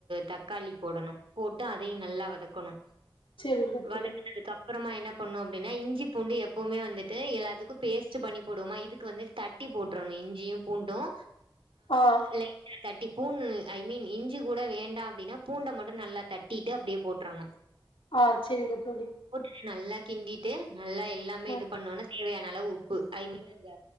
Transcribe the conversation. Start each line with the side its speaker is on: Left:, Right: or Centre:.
Right: தக்காளி போடணு போட்டு அதையு நல்லா வதக்கணு
Left: சரிங்க தோழி.
Right: வதக்குனதுக் அப் அப்பறமா என்ன பண்ணும் அப்டின்னா இஞ்சி பூண்டு எப்பவுமே வந்துட்டு எல்லாத்துக்கு பேஸ்ட்டு பண்ணி போடுவமா இதுக்கு வந்து தட் ட்டி போட்றணு இஞ்சியு பூண்டுஜஅ
Left: ஆ,
Right: லைட்டா தட்டி பூன்ணு ஐ மீன் இஞ்சி கூட வேண்டா அப்டின்னா பூண்ட மட்டு நல்லா தட்டிட்டு அப்டியே போட்றனு
Left: அ செரிங்க தோழி
Right: போட்டுட்டு நல்லா கிண்டிட்டு நல்லா எல்லாமே
Left: ஆ
Right: இது பண்ணோன்னா தேவையான அளவு ப்பு ஐ மீன் அந்த